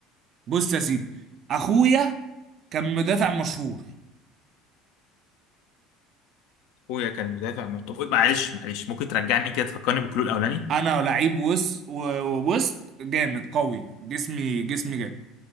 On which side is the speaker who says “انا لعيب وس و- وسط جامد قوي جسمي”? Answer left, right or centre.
Right